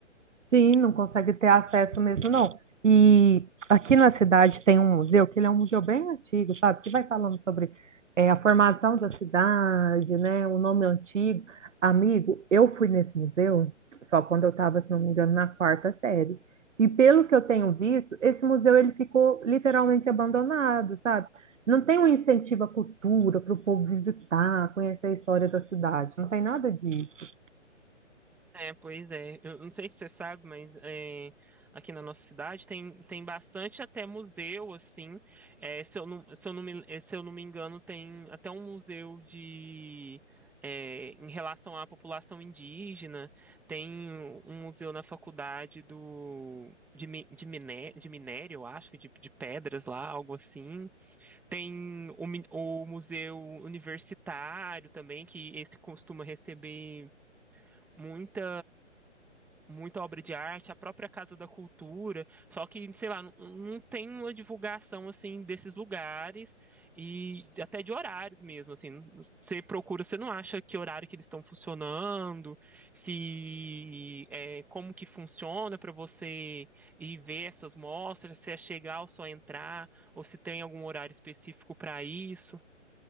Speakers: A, on the right; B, in the centre.
A: Sim, não consegue ter acesso mesmo, não. E aqui na cidade tem um museu, que ele é um museu bem antigo, sabe? Que vai falando sobre é, a formação da cidade, né? O nome antigo. Amigo, eu fui nesse museu só quando eu estava, se não me engano, na quarta série. E pelo que eu tenho visto, esse museu ele ficou literalmente abandonado, sabe? Não tem um incentivo à cultura para o povo visitar, conhecer a história da cidade, não tem nada disso.
B: É, pois é. Eu não sei se você sabe, mas é, aqui na nossa cidade tem, tem bastante até museu, assim. É, se eu não, se eu não me, eh, se eu não me engano, tem até um museu de é, em relação à população indígena. Tem um museu na faculdade do de, mi- de, miné, de minério, eu acho, de, de pedras lá, algo assim. Tem o, mi- o museu universitário também, que esse costuma receber muita muita obra de arte, a própria Casa da Cultura, só que, sei lá, não, não tem uma divulgação assim desses lugares e até de horários mesmo, assim, você procura, você não acha que horário que eles estão funcionando, se é, como que funciona para você ir ver essas mostras, se é chegar ou só entrar, ou se tem algum horário específico para isso.